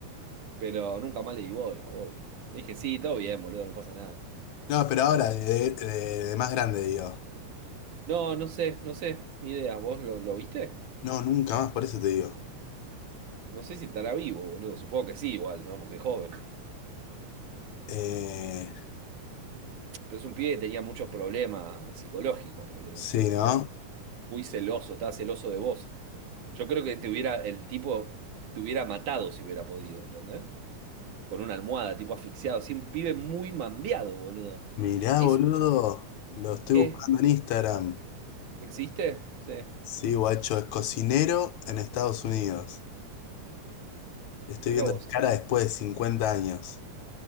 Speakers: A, on the right (about 80°); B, on the left (about 75°).
A: Pero nunca más le di bola, obvio. Le dije, sí, todo bien, boludo, no pasa nada.
B: No, pero ahora,
A: Ya fue.
B: de, de- de más grande, digo.
A: No, no sé, no sé, ni idea, ¿vos lo, lo viste?
B: No, nunca más, por eso te digo.
A: No sé si estará vivo, boludo. Supongo que sí, igual, ¿no? Porque es joven.
B: Eh,
A: Pero es un pibe que tenía muchos problemas psicológicos, boludo.
B: sí, ¿no?
A: Muy, muy celoso, estaba celoso de vos. Yo creo que te hubiera, el tipo te hubiera matado si hubiera podido, ¿entendés? Con una almohada, tipo asfixiado. Sí, un pibe muy mambiado, boludo.
B: Mirá,
A: ¿Eso
B: boludo,
A: es lo
B: lo estoy
A: que
B: buscando en Instagram.
A: existe? Sí,
B: Sí, guacho, es cocinero en Estados Unidos. Le estoy
A: mirá
B: viendo
A: vos.
B: la cara después de 50 años.